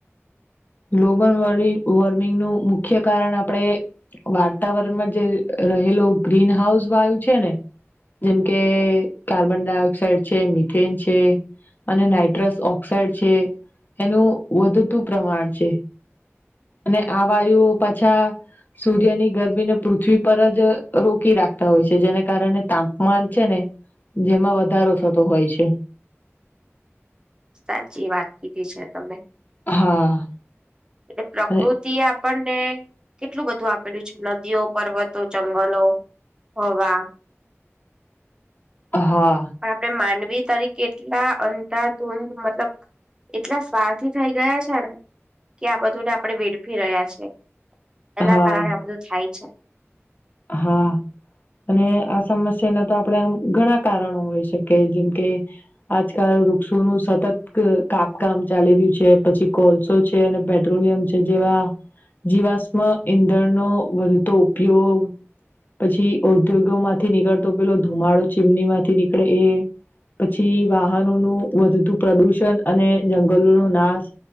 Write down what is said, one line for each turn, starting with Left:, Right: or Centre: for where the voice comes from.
Left: ગ્લોબલ વોર્મિંગનું મુખ્ય કારણ આપણે વાતાવરણમાં જે રહેલો ગ્રીન હાઉસ વાયું છે ને જેમ કે કાર્બન ડાયોક્સાઈડ છે મિથેન છે અને નાઈટ્રસ ઓક્સાાઈડ છે એનું વધતું પ્રમાણ છે અને આવાયું પાછા સૂર્યની ગરમીને પૃથ્વી પર જ રોકી રાખતા હોય છે જેને કારણે તાપમાન છે ને જેમાં વધારો થતો હોય છે
Right: સાચી વાત કીધી છે તમે
Left: હા
Right: એટલે
Left: અને
Right: પ્રકૃતિ એ આપણને કેટલું બધું આપેલું છે નદીઓ પર્વત તો જંગલો હવા
Left: હા
Right: પણ આપણે માનવી તારી કેટલા અંધાધૂંધ મતલબ એટલા સ્વાથી થઇ ગયા છે ને કે આ બધુંને આપણે વેડફી રહ્યા છે. એના
Left: હા
Right: કારણે આ બધું થાય છે.
Left: હા અને આ સમસ્યા ના તો આપણેે આમ ઘણા કારણો હોય, શકીએ જેમ કે આજકાલ. વૃક્ષો નું સતત કાપકામ ચાલી રહ્યું છે પછી કોલસો છે, અને પેટ્રોલિયમ છે, જે આ જીવાશમ ઈંધણનો, વધતો ઉપયોગ પછી ઔદ્યોગો માંથી નીકળતો પેલો ધુમાડો ચીમની, માંથી નીકળે એ પછી, વાહનોનું વધતું પ્રદુષણ અને જંગલોનો નાશ